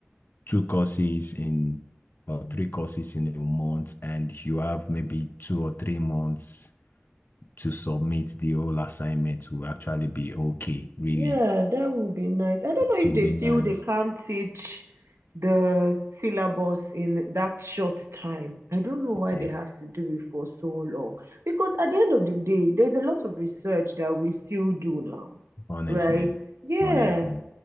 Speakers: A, on the left (about 50°); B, on the right (about 80°).
A: two courses in or three courses in a month, and you have maybe two or three months to submit the whole assignment will actually be okay, really.
B: Yeah, that would be nice. I don't know
A: to
B: if they
A: be
B: feel
A: nice.
B: they can't teach the syllabus in that short time. I don't know why
A: Yes,
B: they have to do it for so long. Because at the end of the day, there's a lot of research that we still do now,
A: honestly,
B: right? Yeah,
A: honestly,